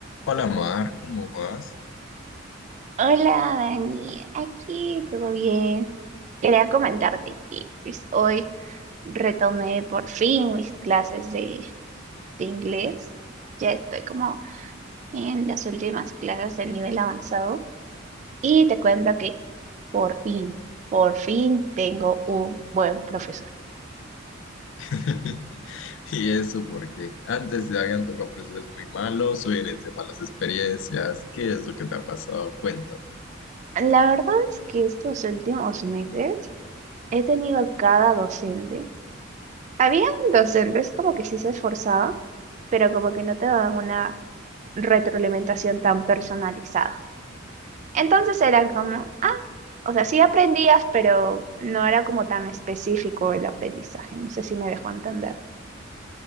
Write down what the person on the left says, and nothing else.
Hola Mar, ¿cómo vas?
<laughs> Y eso porque antes te habían tocado profesores muy malos, hoy vienes de malas experiencias. ¿Qué es lo que te ha pasado? Cuéntame.